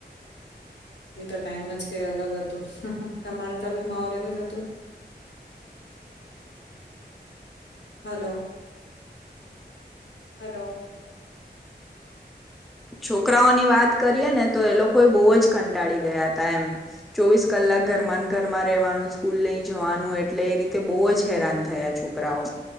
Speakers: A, on the left; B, in the centre.
A: એતો ટાઈમ જ કઈ અલગ જ તમારે તો બી માહોલ એવું જ હતું હલો હલો
B: છોકરાઓની વાત કરીએ ને તો એ લોકો બહુ જ કંટાળી ગયા હતા એમ ચોવીસ કલાક ઘરમાં ઘરમાં રહેવાનું સ્કૂલ લઈ જવાનું એટલે એ રીતે બહુ જ હેરાન થયા છોકરાઓ